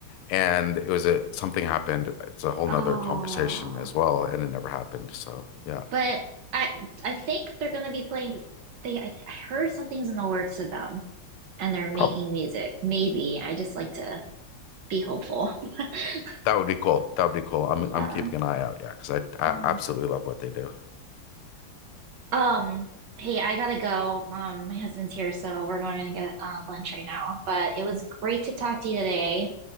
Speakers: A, on the left (about 80°); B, on the right (about 70°).
A: and it was a something happened. It's a whole nother
B: Oh,
A: conversation as well, and it never happened. So yeah.
B: but I I think they're gonna be playing they I, I heard something's in the works with them and they're making
A: Probably
B: music. Maybe. I just like to be hopeful. <laughs>
A: That would be cool. That would be cool. I'm
B: Yeah,
A: I'm keeping an eye out. Yeah, because I
B: yeah.
A: I absolutely love what they do.
B: Um, hey, I gotta go. Um, my husband's here, so we're going to get uh, lunch right now. But it was great to talk to you today.